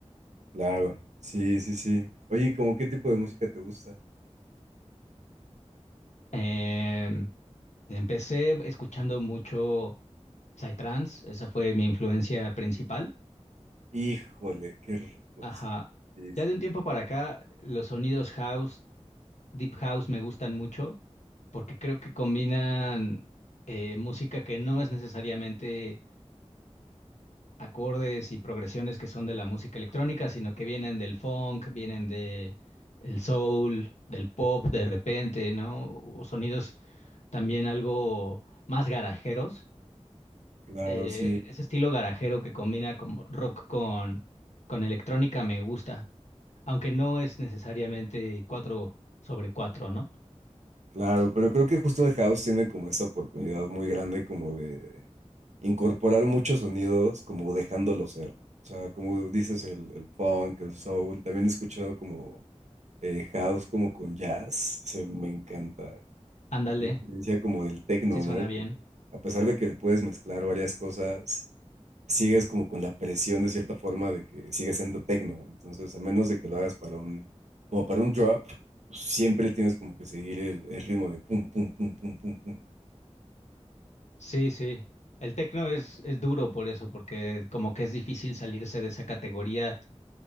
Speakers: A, on the right; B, on the left.
A: Claro, sí, sí, sí. Oye, ¿cómo qué tipo de música te gusta?
B: Em, Empecé escuchando mucho Psytrance, esa fue mi influencia principal.
A: Híjole, qué rico,
B: Ajá.
A: sí, sí,
B: Ya
A: sí.
B: de un tiempo para acá, los sonidos house, deep house me gustan mucho porque creo que combinan eh, música que no es necesariamente acordes y progresiones que son de la música electrónica, sino que vienen del funk, vienen de el soul, del pop de repente, ¿no? O sonidos también algo más garajeros
A: Claro,
B: eh,
A: sí,
B: ese estilo garajero que combina como rock con, con electrónica me gusta, aunque no es necesariamente 4 sobre cuatro ¿no?
A: claro, pero creo que justo el house tiene como esa oportunidad muy grande como de incorporar muchos sonidos, como dejándolo ser. O sea, como dices, el, el funk, el soul, también he escuchado como eh, house como con jazz, se me encanta.
B: Ándale,
A: La diferencia como del tecno,
B: sí suena
A: ¿no? Que
B: bien.
A: a pesar de que puedes mezclar varias cosas, sigues como con la presión de cierta forma de que sigues siendo tecno. Entonces, a menos de que lo hagas para un, como para un drop, pues siempre tienes como que seguir el, el ritmo de pum, pum, pum, pum, pum, pum.
B: Sí, sí. El tecno es, es duro por eso, porque como que es difícil salirse de esa categoría